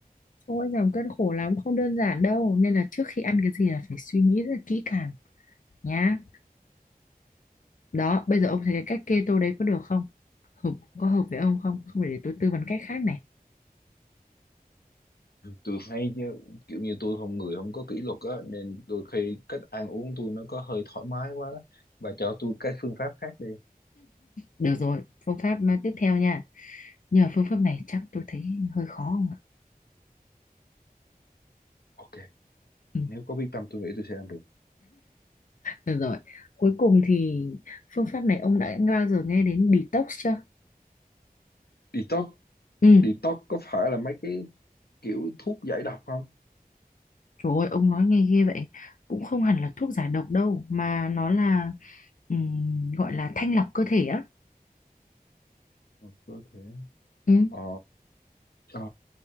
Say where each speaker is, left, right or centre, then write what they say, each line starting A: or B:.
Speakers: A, on the left; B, on the left.
A: ôi giảm cân khổ lắm không đơn giản đâu nên là trước khi ăn cái gì là phải suy nghĩ rất là kỹ càng nhá Đó, bây giờ ông thấy cái cách keto đấy có được không? Hợp, có hợp với ông không? Không phải để tôi tư vấn cách khác này.
B: tôi thấy chứ kiểu như tôi không người không có kỷ luật á nên đôi khi cách ăn uống tôi nó có hơi thoải mái quá đó bà cho tôi cái phương pháp khác đi
A: Được rồi, phương pháp à, tiếp theo nha. Nhưng mà phương pháp này chắc tôi thấy hơi khó không ạ?
B: ok
A: Ừ.
B: nếu có quyết tâm tôi nghĩ tôi sẽ làm được
A: Được rồi, cuối cùng thì phương pháp này ông đã bao giờ nghe đến detox chưa?
B: detox
A: Ừ,
B: detox có phải là mấy cái kiểu thuốc giải độc không
A: trời ơi, ông nói nghe ghê vậy. Cũng không hẳn là thuốc giải độc đâu, mà nó là ừm, gọi là thanh lọc cơ thể á.
B: Ừ, có thể
A: Ừ.
B: ờ, ờ,